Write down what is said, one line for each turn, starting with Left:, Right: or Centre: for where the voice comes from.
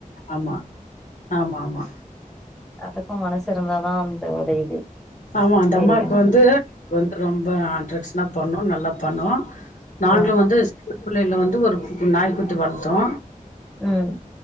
Left: ஆமா ஆமா ஆமா
Centre: அதுக்கும் மனசு இருந்தாதா அந்த ஒரு இது
Left: ஆமா அந்த
Centre: தெரியு
Left: அம்மாக்கு
Centre: நம்ம
Left: வந்து வந்து ரொம்ப அட்ரஷனா பண்ணு நல்லா பண்ணு நாங்களும்
Centre: ஆ
Left: வந்து சின்ன பிள்ளைல வந்து ஒரு நாய்க்குட்டி வளத்தோ
Centre: ம்